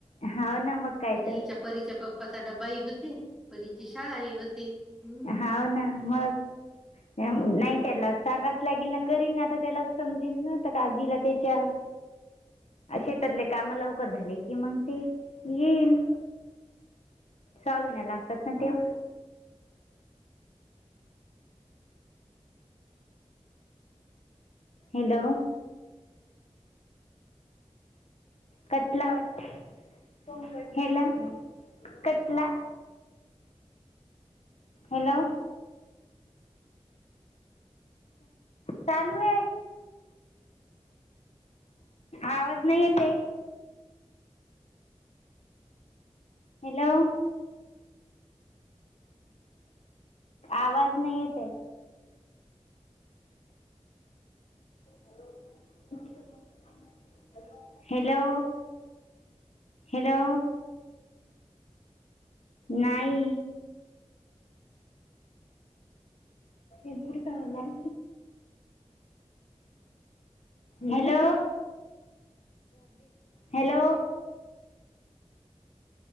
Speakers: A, on the left; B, in the centre.
A: होा न मग कायत.
B: म्हणजे हिच्या परीच्या पप्पाचा ड्बाही होते परीची शाळाही होते हम्.
A: हाव हो ना मग नाही. त्याला सांगाच लागेल ना करीन ना आता त्याला समजेन ना तर आजीला त्याच्या. शेतातले काम लवकर झाले की मग ते येईल. सवा महिना लागतात ना तेव्हा. हॅलो! कट केला वाटतं कट केला. हॅलो! चालू आहे. आवाज नाही येते. हॅलो! आवाज नाही येते. <unintelligible> Hello hello! नाही. ए तरी काणार. Hello hello!